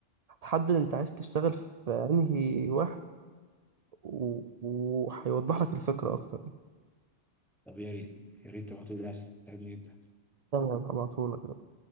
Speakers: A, on the right (about 45°); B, in the centre.
A: هتحدد انت عايز تشتغل في انهي واحد و- وهيوضح لك الفكرة اكتر
B: طب يا ريت يا ريت تبعتولي تساعدني جدا
A: تمام هبعتهولك